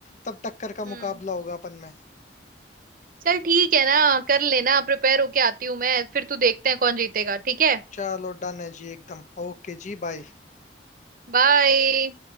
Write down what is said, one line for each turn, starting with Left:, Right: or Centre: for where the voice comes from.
Left: तब टक्कर का
Right: हम्म
Left: मुकाबला होगा अपन में
Right: चल ठीक है ना कर लेना प्रिपेयर होके आती हूँ मैं फिर तू देखते हैं कौन जीतेगा ठीक है
Left: चलो डन है जी एकदम ओके जी बाय
Right: बाय